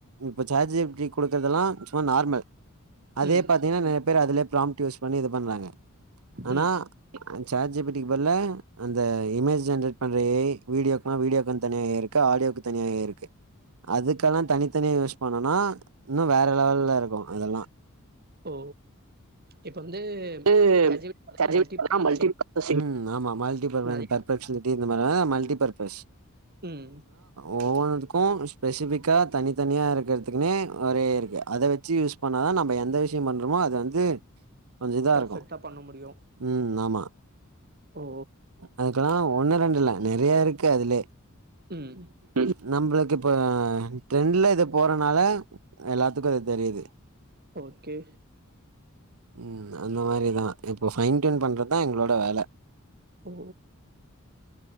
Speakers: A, on the right; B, on the right.
A: இப்ப சேட் ஜிப் ஜி குடுக்றதெல்லா சும்மா நார்மல் அதே
B: ம்
A: பாத்தீங்ன்னா நெறய பேர் அதுல ப்ராம்ட் டியூஸ் பண்ணி இது பண்ணி யூஸ் பண்றாங்க ஆனா
B: ம்
A: சேட் ஜி பி டி க்கு பதிலால அந்த இமேஜ் ஜென்ரேட் பண்ற ஏ ஐ வீடியோக்லா வீடியோகன் தனியா ஏ ஐ இருக்கு ஆடியோக் தனியா ஏ ஐ இருக்கு அதுக்கல்லா தனித்தனியாக யூஸ் பண்ணோன்னா இன்னு வேற லெவல்லயிருக்கும் அதெல்லா
B: ஓ இப்ப வந்து
A: இது
B: சாட் ஜி பி டி பாத்தீங்கன்னா
A: <unintelligible>
B: மல்டி ப்ராசஸிங்
A: மல்ட்டிபர்பஷ்ங். ஆமா மல்ட்டிபர்பஷ்
B: நெறைய
A: பர்பெக்ஸ்னிட்டி இந்த மாரி இது பர்பஷ்
B: உம்
A: ஒவ்வொன்னத்துக்கும் ஸ்பெசிபிக்கா தனித்தனியா இருக்கிறதுக்குன்னே ஒரு முறை இருக்கு. அத வச்சி யூஸ் பண்ணாதா நம்ம எந்த விஷயம் பண்றோமோ அது வந்து கொஞ்சம் இதா
B: பர்ஃபெக்ட்டா
A: இருக்கும்,
B: பண்ண முடியும்
A: ம் ஆமா
B: ஓ
A: அதக்கெல்லாம் ஒண்ணு, ரெண்டு இல்ல நெறைய இருக்கு அதில்லே
B: ம்
A: <unintelligible> நம்மளுக்கு இப்ப ட்ரெண்ட்ல இது போறனால எல்லாத்துக்கும் இது தெரியுது.
B: ஓகே
A: ம் அந்த மாரிதா. இப்போ ஃபைன் டியூன் பண்றதுதா எங்களோட வேலை
B: ஒ